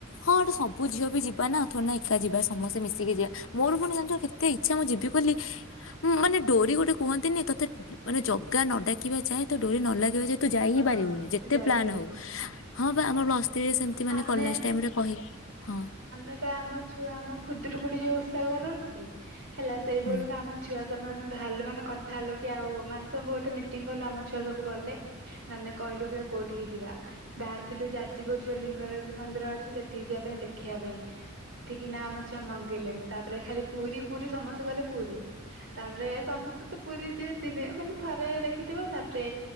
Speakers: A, on the left (about 75°); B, on the right (about 70°).
A: ହଁ ଗଟେ ସବୁ ଝିଅ ବି ଯିବା ନା ଥୋଢ଼ି ନା ଏକା ଯିବା ସମସ୍ତେ ମିଶିକି ଯିବା ମୋର ପୁଣି ଜାଣିଛୁ କେତେ ଇଚ୍ଛା ମୁଁ ଯିବି ବୋଲି ମାନେ ଡୋରି ଗୋଟେ କୁହନ୍ତିନି ତୋତେ ମାନେ ଜଗା ନ ଡାକିବା ଯାଏ ତ ଡୋରି ନ ଲାଗିବା ଯାଏ ତୁ ଯାଇ
B: ହଁ
A: ହି ପାରିବୁନି ଯେତେ
B: ତୁ ଯାଇପାରିବୁ
A: ପ୍ଲାନ୍ ହଉ ହଁ ବା ଆମର ଲ ମତେ ବି ସେମିତି ମାନେ
B: ଆମେ
A: କଲେଜ୍ ଟାଇମ୍ ରେ କହି ହଁ
B: ଆମେ ବା ଆମ ଛୁଆ ଆମ ଖୁଦରୁକୁନୀ ଯୋଉ ଓଷା କରୁ <unintelligible> ହେଲା ସେଇଭଳିକୁ
A: ହୁଁ
B: ଆମ ଛୁଆ ସବୁ ଆମେ ବାହାରିଲୁ ମାନେ କଥା ହେଲୁ କି ଆଉ ମାନେ ସବୁ ଗୋଟେ ମିଟିଂ କଲୁ ଆମ ଛୁଆ ସବୁ ଗଲେ ମାନେ କହିଲୁ କି ଆଉ କୋଉଠିକି ଯିବା ବାହାରିଥିଲୁ ଯାଜପୁରୁ ଯୋଉ ଲିଙ୍ଗରାଜ ମନ୍ଦିର ଅଛି ସେଠିକି ଯିବା ପାଇଁ ଦେଖ ଦେଖିବା ପାଇଁ ସେଠିକି ନା ଆମ ଝିଆ ମଙ୍ଗେଇଲେନି ତାପରେ ଖାଲି ପୁରୀ ପୁରୀ ସମସ୍ତେ କହିଲେ ପୁରୀ ତାପରେ ସମସ୍ତେ ତ ପୁରୀ ଯିଏ ଦିନେ ମାନେ ଥରେ ଦେଖିଥିବ ତାପରେ